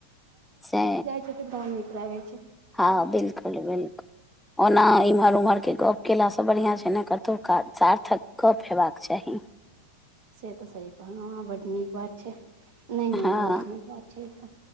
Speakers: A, in the centre; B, on the right (about 45°).
A: से
B: <unintelligible> द निक लागै छै
A: हँ बिल्कुल बिल्कुल ओना इम्हर उम्हर के गप केला से बढ़िया छै ने कतौ सार्थक गप हेबाक <inaudible>
B: से तऽ सही कहलहु अहाॅं बड नीक बात छै नहि नहि
A: हँ
B: बहुत नीक बात छै ई तऽ